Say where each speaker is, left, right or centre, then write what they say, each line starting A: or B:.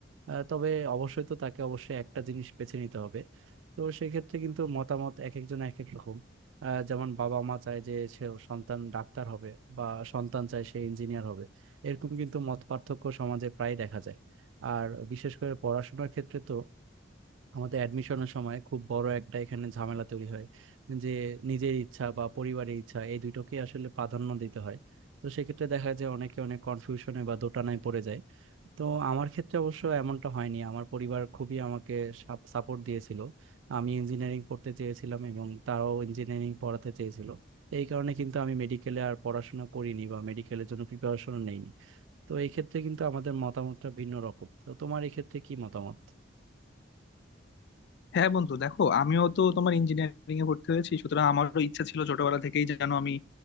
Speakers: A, on the right; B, on the left.
A: আহ, তবে অবশ্যই তো তাকে অবশ্যই একটা জিনিস বেছে নিতে হবে তো সেক্ষেত্রে কিন্তু মতামত এক একজন এক এক রকম আহ, যেমন বাবা মা চায় যে সে সন্তান ডাক্তার হবে বা সন্তান চায় সে ইঞ্জিনিয়ার হবে এরকম কিন্তু মত পার্থক্য সমাজে প্রায় দেখা যায় আর বিশেষ করে পড়াশোনার ক্ষেত্রে তো আমাদের অ্যাডমিশনের সময় খুব বড় একটা এখানে ঝামেলা তৈরি হয় যে নিজের ইচ্ছা বা পরিবারের ইচ্ছা এই দুটোকে আসলে প্রাধান্য দিতে হয় তো সেক্ষেত্রে দেখা যায় অনেকে অনেক কনফিউশনে বা দোটানায় পড়ে যায় তো আমার ক্ষেত্রে অবশ্য এমনটা হয়নি আমার পরিবার খুবই আমাকে সাপোর্ট দিয়েছিল আমি ইঞ্জিনিয়ারিং পড়তে চেয়েছিলাম এবং তারাও ইঞ্জিনিয়ারিং পড়াতে চেয়েছিল তো এই কারণে কিন্তু আমি মেডিকেলে আর পড়াশোনা করিনি বা মেডিকেলের জন্য প্রিপারেশন নেইনি তো এই ক্ষেত্রে কিন্তু আমাদের মতামতটা ভিন্ন রকম তো তোমার এই ক্ষেত্রে কি মতামত
B: হ্যাঁ বন্ধু দেখো আমিও তো তোমার ইঞ্জিনিয়ারিং এ ভর্তি হয়েছি সুতরাং আমারও ইচ্ছা ছিল ছোটবেলা থেকেই যেন আমি